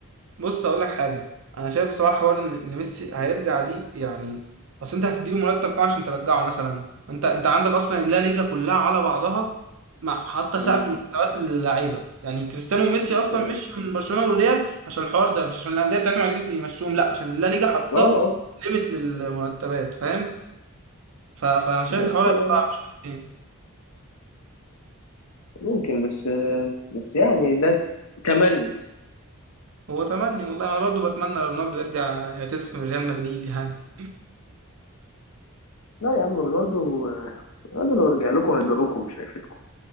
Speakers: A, on the right (about 65°); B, on the left (about 85°).
A: بص هقول لك حاجه انا شايف بصراحه حوار ان إن ميسي هيرجع دي يعني اصل انت هتديله مرتب كام عشان ترجعه مثلا انت انت عندك اصلا اللا ليجا كلها على بعضها مع حتى سقف
B: مم.
A: مرتبات للعيبه يعني كريستيانو وميسي اصلا
B: مم.
A: مشي من برشلونه والريال عشان الحوار ده مش عشان الانديه بتاعتهم عايزين يمشوهم لا عشان اللا ليجا حاطه
B: اه آه.
A: ليميت للمرتبات فاهم ف- فانا شايف
B: بس
A: الحوار
B: آه،
A: هيبقى صعب شويتين
B: ممكن بس آه، بس يعني ده تمني
A: هو تمني والله انا برضو بتمنى رونالدو يرجع يعتزل في ريال مدريد يعني
B: لا يا عم رونالدو آه، رونالدو لو رجع لكم هيضركم مش هيفيدكم